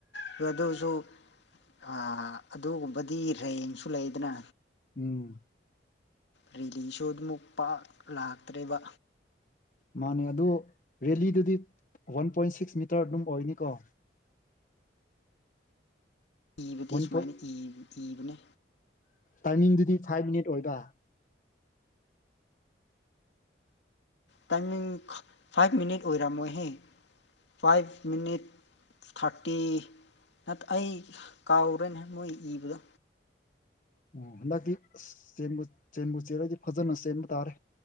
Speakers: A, on the left; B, on the left.
A: ꯍꯣꯏ ꯑꯗꯨꯁꯨ ꯑꯥ ꯑꯗꯨꯒꯨꯝꯕꯗꯤ ꯔꯦꯡꯁꯨ ꯂꯩꯌꯦꯗꯅ
B: ꯎꯝ
A: ꯔꯦꯂꯤꯁꯨ ꯑꯗꯨꯃꯨꯛ ꯄꯥꯛ ꯂꯥꯛꯇ꯭ꯔꯦꯕ
B: ꯃꯥꯅꯦ ꯑꯗꯨ ꯔꯦꯂꯤꯗꯗꯤ ꯋꯥꯟ ꯄꯣꯏꯟ ꯁꯤꯛꯁ ꯃꯤꯇꯔ ꯑꯗꯨꯝ ꯑꯣꯏꯒꯅꯤꯀꯣ
A: ꯏꯕꯗꯤ
B: ꯋꯥꯟ
A: ꯁꯨꯃꯥꯏꯅ
B: ꯄꯣꯏꯟ
A: ꯏ ꯏꯕꯅꯦ
B: ꯇꯥꯏꯃꯤꯡꯗꯨꯗꯤ ꯐꯥꯏꯚ ꯃꯤꯅꯤꯠ ꯑꯣꯏꯗ
A: ꯇꯥꯏꯃꯤꯡ ꯈꯪ ꯐꯥꯏꯚ ꯃꯤꯅꯤꯠ ꯑꯣꯏꯔꯝꯃꯣꯏꯍꯦ ꯐꯥꯏꯚ ꯃꯤꯅꯤꯠ ꯊꯥꯔꯇꯤ ꯅꯠ ꯑꯩ ꯀꯥꯎꯔꯦꯅꯦ ꯃꯣꯏ ꯏꯕꯗꯣ
B: ꯑꯣ ꯍꯟꯗꯛꯇꯤ ꯑꯁ ꯆꯦꯟꯕꯨ ꯆꯦꯟꯕꯨ ꯆꯦꯟꯂꯗꯤ ꯐꯥꯖꯅ ꯆꯦꯟꯕ ꯇꯥꯔꯦ